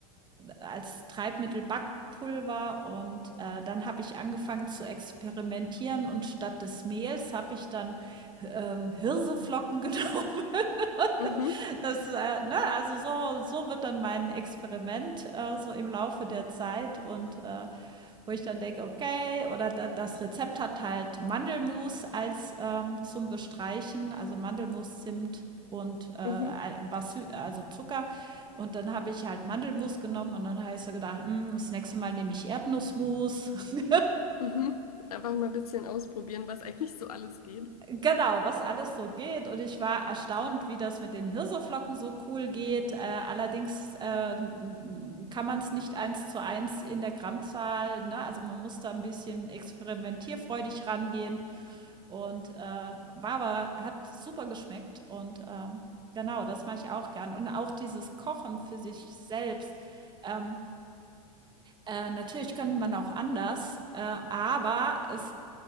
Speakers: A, on the right (about 25°); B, on the left (about 80°).
A: als Treibmittel Backpulver. Und äh, dann habe ich angefangen zu experimentieren und statt des Mehls habe ich dann ähm, Hirseflocken genommen.
B: Mhm,
A: <laughs> das, äh, ne, also so, so wird dann mein Experiment äh, so im Laufe der Zeit und äh, wo ich dann denke, okay, oder da, das Rezept hat halt Mandelmus als ähm, zum Bestreichen, also Mandelmus, Zimt und äh,
B: mhm,
A: was, also Zucker. Und dann habe ich halt Mandelmus genommen und dann habe ich so gedacht, "Mm, das nächste Mal nehme ich Erdnussmus. <laughs>
B: mhm. Einfach mal ein bisschen ausprobieren, was eigentlich so alles geht.
A: Genau, was alles so geht. Und ich war erstaunt, wie das mit den Hirseflocken so cool geht. Äh, allerdings ähm, kann man es nicht eins zu eins in der Grammzahl, ne? Also man muss da ein bisschen experimentierfreudig rangehen. Und äh, war aber, hat super geschmeckt. Und ähm, genau, das mache ich auch gern. Und auch dieses Kochen für sich selbst. Ähm, äh, natürlich könnte man auch anders, äh, aber es